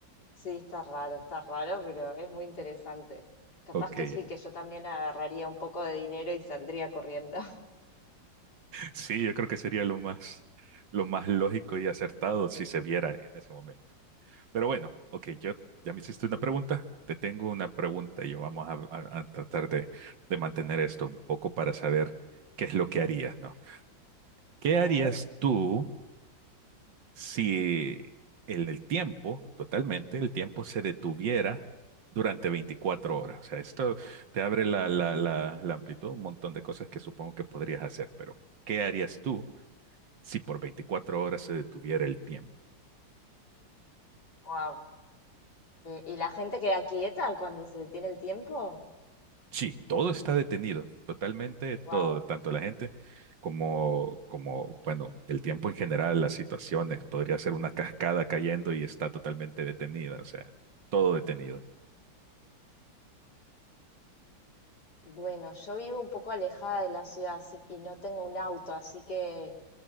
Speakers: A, on the left; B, on the right.
A: Sí, está raro, está raro, pero es muy interesante. Capaz
B: ok.
A: que
B: <laughs>
A: sí, que yo también agarraría un poco de dinero y saldría corriendo. <laughs>
B: Sí, yo creo que sería lo más, lo más lógico y acertado si se viera en ese momento. Pero bueno, ok, yo ya me hiciste una pregunta, te tengo una pregunta y yo vamos a, a- a tratar de, de mantener esto un poco para saber qué es lo que harías, ¿no? ¿Qué
A: A
B: harías
A: ver,
B: tú? Si el, el tiempo, totalmente, el tiempo se detuviera durante 24 horas. O sea, esto te abre la, la, la, la amplitud, un montón de cosas que supongo que podrías hacer, pero ¿qué harías tú si por 24 horas se detuviera el tiempo?
A: wow. ¿y la gente queda quieta cuando se detiene el tiempo?
B: Sí, todo está detenido, totalmente, todo,
A: Wow.
B: tanto la gente como, como, bueno, el tiempo en general, las situaciones, podría ser una cascada cayendo y está totalmente detenida, o sea, todo detenido.
A: bueno, yo vivo un poco alejada de la ciudad así, y no tengo un auto, así que